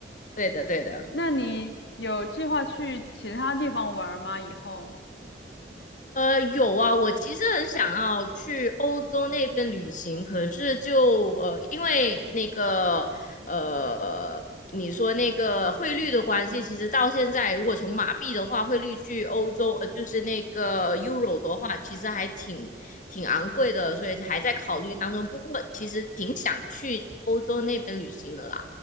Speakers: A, on the left; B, on the left.
A: 对的，对的。
B: 那你有计划去其他地方玩儿吗？以后
A: 呃，有啊，我其实很想要去欧洲那边旅行，可是就呃，因为那个呃，你说那个汇率的关系，其实到现在，如果从马币的话，汇率去欧洲，呃，就是那个 Euro 的话，其实还挺挺昂贵的，所以还在考虑当中。不过其实挺想去欧洲那边旅行的啦。